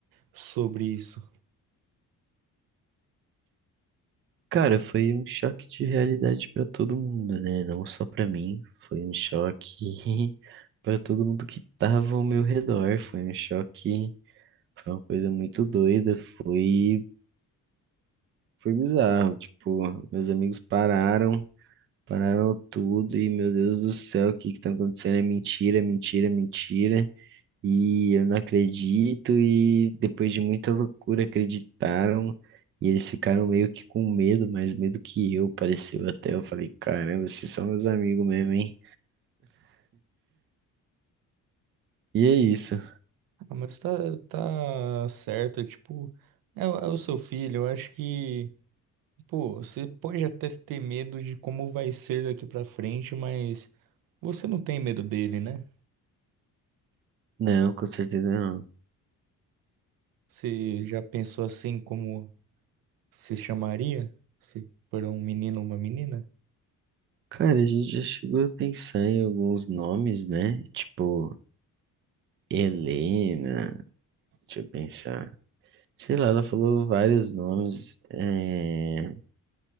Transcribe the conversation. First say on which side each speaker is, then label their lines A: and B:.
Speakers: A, on the right (about 80°); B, on the right (about 35°).
A: sobre isso.
B: Cara, foi um choque de realidade pra todo mundo, né? Não só pra mim, foi um choque <laughs> pra todo mundo que tava ao meu redor, foi um choque, foi uma coisa muito doida, foi foi bizarro, tipo, meus amigos pararam, pararam tudo e meu Deus do céu, o que que tá acontecendo? É mentira, é mentira, é mentira e eu não acredito, e depois de muita loucura acreditaram, e eles ficaram meio que com medo, mais medo que eu, pareceu até. Eu falei, caramba, vocês são meus amigos mesmo, hein? E é isso.
A: Ah, mas tá, tá certo, tipo, é, o é o seu filho, eu acho que, pô, você pode até ter medo de como vai ser daqui pra frente, mas você não tem medo dele, né?
B: Não, com certeza não.
A: Você já pensou assim como se chamaria? Se for um menino ou uma menina?
B: Cara, a gente já chegou a pensar em alguns nomes, né? Tipo, Helena, deixa eu pensar. Sei lá, ela falou vários nomes. eh,